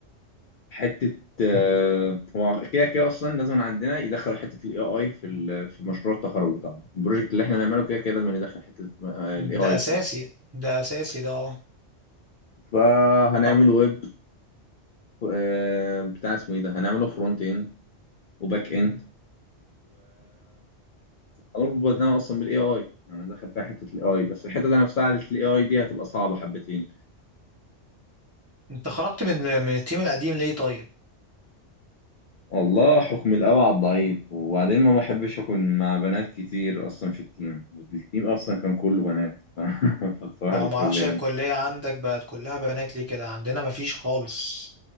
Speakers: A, on the left; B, on the right.
A: حته آه هو كده كده اصلا لازم عندنا يدخلوا حته الاي اي في ال- في مشروع التخرج بتاعنا البروجكت اللي احنا نعمله كده كده لازم ندخل حته
B: ده
A: الاي اي
B: اساسي
A: فيه
B: ده اساسي ده اه
A: فهنعمل
B: طب
A: ويب آه بتاع اسمه ايه ده هنعمله فرونت اند وباك اند
B: مم.
A: اربط ده اصلا بالاي اي انا داخل فيها حته الاي اي بس الحته دي نفسها على الاي اي دي هتبقى صعبه حبتين
B: انت خرجت من من التيم القديم ليه طيب؟
A: والله حكم القوي على الضعيف وبعدين ما بحبش اكون مع بنات كتير اصلا في التيم والتيم اصلا كان كله بنات <laughs> فصباح
B: طبعا
A: الفل
B: ما اعرفش
A: يعني
B: هي الكلية عندك بقت كلها بنات ليه كده عندنا مفيش خالص